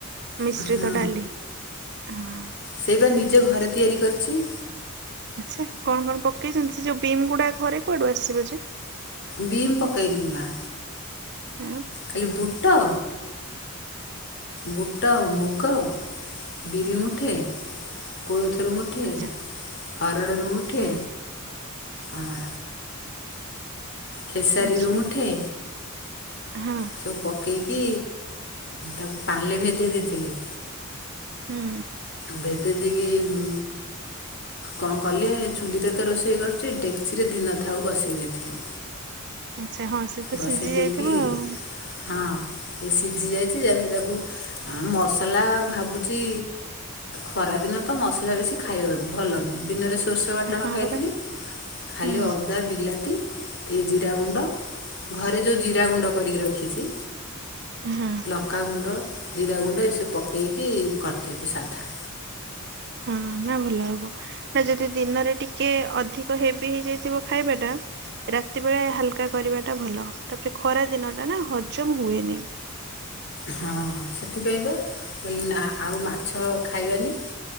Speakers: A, on the right; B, on the left.
A: ମିଶ୍ରିତ
B: ହଁ
A: ଡାଲି ହଁ।
B: ସେଇ ବା ନିଜ ଘରେ ତିଆରି କରିଛି।
A: ଆଚ୍ଛା କଣ କଣ ପକେଇଛନ୍ତି ସେ ଯୋଉ ବିମ୍ ଗୁଡା ଘରେ କୁଆଡୁ ଆସିବ ଯେ।
B: ବିିମ୍ ପକେଇନି ବା
A: ହଁ
B: ଖାଲି ବୁଟ ବୁଟ ମୁଗ ବିରି ମୁଠେ କୋଳଥରୁ ମୁଠେ
A: ଆଚ୍ଛା
B: ଉଠେ ହରଡ଼ ରୁ ଉଠେ
A: ହଁ
B: ଆମ ଖେସାରୀରୁ
A: ଆଚ୍ଛା
B: ମୁଠେ
A: ହଁ
B: ସବୁ ପକାଇକି ତାକୁ ପାଲେ ଭେଦେଇ ଦେଇଥିଲି।
A: ହୁଁ
B: ଭେଦେଇ ଦେଇକି। କଣ କଲି ଚୁଲିରେ ତ ରୋଷେଇ କରଛି ଡେକ୍ଚିରେ ଦିନ ଥାଉ ବସେଇ ଦେଇଥିଲି
A: ଆଚ୍ଛା ହଁ ସେ ତା
B: ବସେଇ
A: ସିଝି ଯାଇଥିବ
B: ଦେଇକି
A: ଆଉ।
B: ହଁ ସିଝି ଯାଇଛି ଯାହା ତାକୁ। ଆ ମସଲା ଭାବୁଛି। ଖରା ଦିନ ତ ମସଲା ବେଶି ଖାଇବା ଭଲନି ଦିନରେ ସୋଷ। ବାଟଣ
A: ହଁ
B: ଖାଇଥିଲି
A: ପରା
B: ଖାଲି
A: ହୁଁ
B: ଅଦା ବିଲାତି ଏ ଜିରା ଗୁଣ୍ଡ ଘରେ ଯୋଉ ଜିରା ଗୁଣ୍ଡ କରିକି ରଖିଛି।
A: ହୁଁ
B: ଲଙ୍କାଗୁଣ୍ଡ ଜିରା ଗୁଣ୍ଡ ଏସବୁ ପକେଇକି କରିଦେବି ସାଧା।
A: ହଁ ନା ଭଲ ହବ। ନା ଯଦି ଦିନରେ ଟିକେ ଅଧିକ ହେଭି ହେଇଯାଇଥିବ ଖାଇବା ଟା। ରାତି ବେଳେ ହାଲକା କରିବା ଟା ଭଲ ତାପରେ ଖରା ଦିନ ଟା ନା ହଜମ ହୁଏନି।
B: ହଁ ସେଥିପାଇଁ ବା ବ ନା ଆଉ ମାଛ ଖାଇବନି।